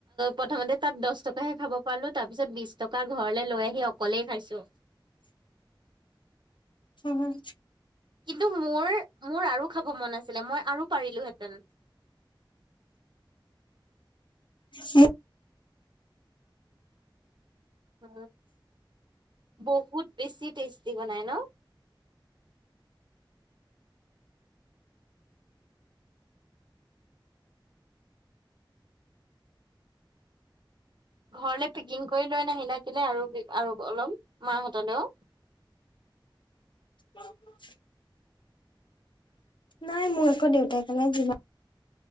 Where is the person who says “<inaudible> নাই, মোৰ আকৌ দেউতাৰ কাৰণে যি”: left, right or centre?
Left